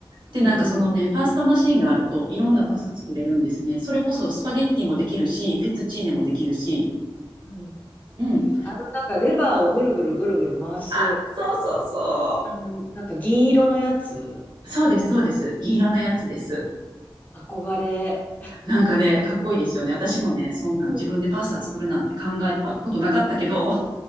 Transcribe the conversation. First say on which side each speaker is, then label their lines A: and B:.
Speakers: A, on the right (about 55°); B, on the left (about 20°).
A: で、
B: うんう
A: なんかそのね、パスタマシーンがあると、いろんなパスタ作れるんですね。それこそスパゲッティもできるし、フェットチーネもできるし、
B: んうん。
A: うん。
B: あのなんかレバーをぐるぐるぐるぐる回す、
A: あ、そうそうそ
B: あの、なんか銀色のやつ、
A: う。そうです、そうです。銀色のやつです。
B: 憧れ。
A: なんかね、かっこいいですよね。私もね、そんなん自分でパスタ作るなんて考えたことなかったけど、
B: うん。